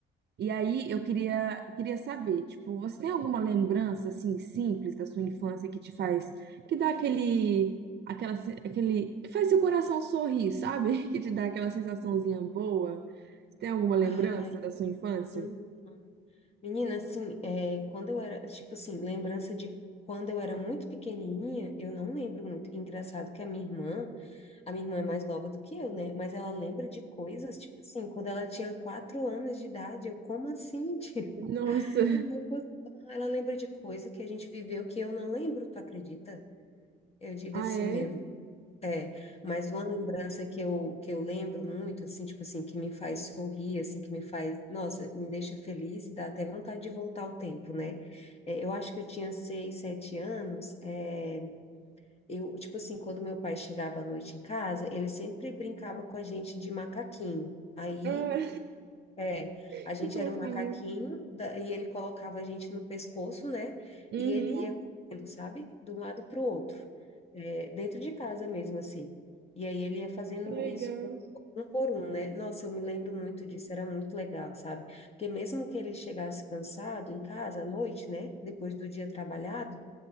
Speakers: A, on the right; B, on the left.
A: E aí eu queria, queria saber, tipo, você tem alguma lembrança assim simples da sua infância que te faz, que dá aquele, aquela, se- aquele, que faz seu coração sorrir, sabe? <laughs> Que te dá aquela sensaçãozinha boa? Você tem alguma lembrança
B: Ai,
A: da sua infância?
B: então. Menina, assim, é, quando eu era, tipo assim, lembrança de quando eu era muito pequenininha, eu não lembro muito. Engraçado que a minha irmã, a minha irmã é mais nova do que eu, né? Mas ela lembra de coisas, tipo assim, quando ela tinha quatro anos de idade, eu, como assim, tio? <laughs>
A: Nossa,
B: Eu não consigo. Ela lembra de coisa que a gente viveu que eu não lembro, tu acredita? Eu digo
A: ah
B: assim,
A: é?
B: meu É, mas uma lembrança que eu, que eu lembro muito, assim, tipo assim, que me faz sorrir, assim, que me faz, nossa, me deixa feliz e dá até vontade de voltar ao tempo, né? É, eu acho que eu tinha seis, sete anos, é, eu, tipo assim, quando meu pai chegava à noite em casa, ele sempre brincava com a gente de macaquinho. Aí
A: Ah,
B: é,
A: <laughs>
B: a gente
A: que fofinho.
B: era um macaquinho da- e ele colocava a gente no pescoço, né?
A: Uhum,
B: E ele ia correndo, sabe? De um lado para o outro, é, dentro de casa mesmo, assim. E aí ele ia fazendo
A: que legal.
B: isso com- um por um, né? Nossa, eu me lembro muito disso, era muito legal, sabe? Porque mesmo que ele chegasse cansado em casa à noite, né? Depois do dia trabalhado,